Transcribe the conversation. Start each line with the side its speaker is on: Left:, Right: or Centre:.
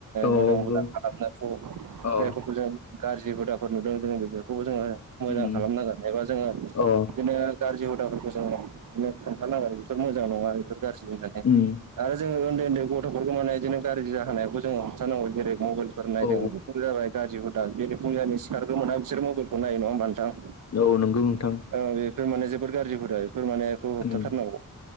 Left: औ
Right: मोजां
Left: नंगौ
Right: हुदा खालामनागोन
Left: अ
Right: जायफोरखौ जों गाज्रि हुदाफोर नुदों जोङो बेफोरखौबो जोङो मोजां
Left: उम
Right: खालामनांगोन एबा जोङो बिदिनो
Left: अ
Right: गाज्रि हुदाफोरखौ जोङदि खोन्थानांगो बेफोर मोजां नङा बेफोर गाज्रि होननानै
Left: उम
Right: आरो जोङो उन्दै उन्दै गथ'फोरखौ माने बिदिनो गाज्रि जाहायखौ जोङो हमथारानांगौ जेरै मबाइलफोर नायदों
Left: औ
Right: जाबाय गाज्रि हुदा बेै फुंजानि सिखारगोन मोना बिसोर मबाइलखौनाय नङा होमबा नोथां।
Left: औ नंगौ नोंथां।
Right: औ बेफोर माने जोबोद गाज्रि हुदा बेफोर माने एखौ होबथाथारनांगौ।
Left: उम